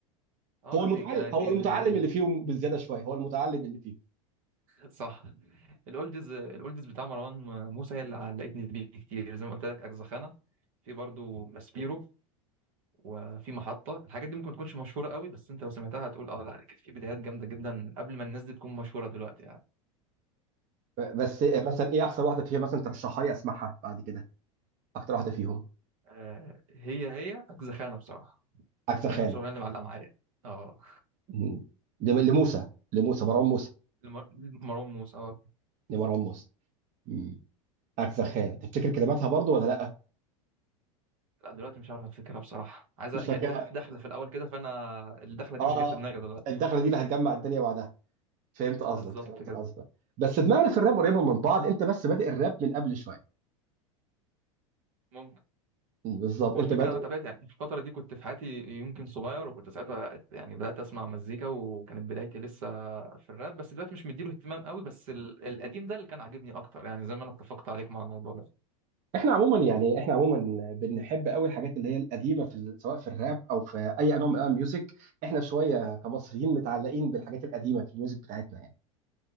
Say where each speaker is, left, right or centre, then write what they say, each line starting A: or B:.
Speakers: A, on the right (about 75°); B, on the right (about 45°).
A: اه
B: هو المتعلم
A: إيه كان كان-
B: هو المتعلم
A: ال- ال-
B: اللي فيهم بالزياده شويه هو المتعلم اللي فيهم
A: صح الاولدز الاولدز بتاع مروان موسى هي اللي علقتني بيه كتير زي ما قلت لك اجزخانه في برضو ماسبيرو وفي محطه الحاجات دي ممكن تكونش مشهوره قوي بس انت لو سمعتها هتقول اه لا كانت في بدايات جامده جدا قبل ما الناس دي تكون مشهوره دلوقتي يعني
B: ب- بس مثلا ايه احسن واحده فيها مثلا ترشحها لي اسمعها بعد كده اكتر واحده فيهم
A: آه هي هي اجزخانه بصراحه
B: عكس خانه
A: هي نفس الاغنيه اللي معلقه معايا اه
B: مم. لم- لموسى لموسى مروان موسى
A: لمر- لمروان موسى اه
B: لمروان موسى مم. عكس خانه تفتكر كلماتها برضو ولا لا
A: لا دلوقتي مش عارف افتكرها بصراحه عايزه
B: مش
A: يعني
B: فاكرها
A: ليها دخله في الاول كده فانا الدخله دي
B: اه
A: مش جايه في دماغي دلوقتي
B: الدخله دي اللي هتجمع الدنيا بعدها فهمت قصدك
A: بالظبط
B: فهمت
A: كده
B: قصدك بس دماغنا في الراب قريبه من بعض انت بس بادئ الراب من قبل شويه
A: ممكن
B: مم، بالظبط
A: هو
B: انت
A: الفكره
B: بادئ
A: انا تابعت يعني في الفتره دي كنت في حياتي يمكن صغير وكنت ساعتها يعني بدات اسمع مزيكا وكانت بدايتي لسه في الراب بس دلوقتي مش مديله اهتمام قوي بس ال- القديم ده اللي كان عاجبني اكتر يعني زي ما انا اتفقت عليك مع الموضوع ده
B: احنا عموما يعني احنا عموما بنحب قوي الحاجات اللي هي القديمه في ال- سواء في الراب او في اي نوع من انواع الميوزك احنا شويه كمصريين متعلقين بالحاجات القديمه في الميوزك بتاعتنا يعني